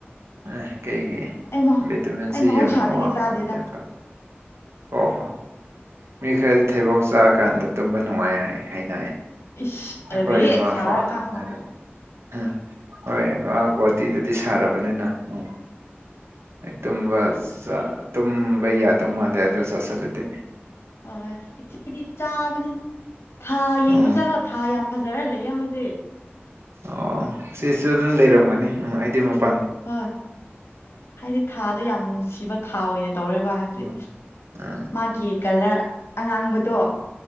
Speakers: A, on the right; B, on the left.
A: ꯑꯦ ꯀꯩꯒꯤ
B: ꯑꯩ ꯃꯍꯧ
A: ꯚꯤꯇꯥꯃꯤꯟꯁꯤ
B: ꯑꯩ ꯃꯍꯧꯁꯥꯗꯒꯤ
A: ꯌꯥꯝ ꯋꯥꯡꯕꯅꯤ
B: ꯆꯥꯗꯦꯗ
A: ꯍꯣ ꯍꯣ ꯃꯤ ꯈꯔꯗꯤ ꯊꯩꯕꯣꯡ ꯆꯥꯀꯥꯟꯗ ꯇꯨꯝꯕ ꯅꯨꯡꯉꯥꯏ ꯍꯥꯏ ꯍꯥꯏꯅꯦ
B: ꯏꯁꯔꯤꯌꯦ
A: ꯑꯩꯈꯣꯏ ꯏꯃꯥꯐꯥꯎ
B: ꯁꯥꯔ
A: ꯑꯗꯨꯝ
B: ꯈꯥꯡꯕ
A: ꯍꯥꯏꯕꯅꯦ
B: ꯉꯝꯃꯣꯏ
A: ꯑꯥ ꯍꯣꯏ ꯑꯥ ꯒꯨꯋꯥꯇꯤꯗꯨꯗꯤ ꯁꯥꯔꯕꯅꯤꯅ ꯎꯝ ꯑꯩ ꯇꯨꯝꯕ
B: ꯑꯁ
A: ꯆꯥ ꯇꯨꯝꯕ ꯌꯥꯗꯧ ꯃꯥꯟꯗꯦ ꯑꯗꯨ ꯆꯥꯁꯤꯜꯂꯗꯤ
B: ꯍꯣꯏ ꯏꯆꯦꯗꯤ ꯆꯥꯕꯅꯦ ꯊꯥ ꯌꯦꯡꯕ
A: ꯎꯝ
B: ꯆꯠꯂꯣ ꯊꯥ ꯌꯥꯝ ꯐꯖꯔ ꯂꯩꯌꯦ ꯍꯧꯖꯤꯛ
A: ꯑꯣ ꯁꯤꯁꯨ ꯑꯗꯨꯝ ꯂꯩꯔꯝꯒꯅꯤ ꯎꯝ ꯑꯩꯗꯤ ꯃꯐ
B: ꯍꯣꯏ ꯍꯥꯏꯗꯤ ꯊꯥꯗꯣ ꯌꯥꯝ ꯅꯨꯡꯁꯤꯕ ꯊꯥ ꯑꯣꯏꯅ ꯇꯧꯔꯦꯕ ꯍꯥꯏꯕꯗꯤ
A: ꯎꯝ ꯎꯝ
B: ꯃꯥꯒꯤ ꯀꯂꯔ ꯑꯉꯥꯡꯕꯗꯣ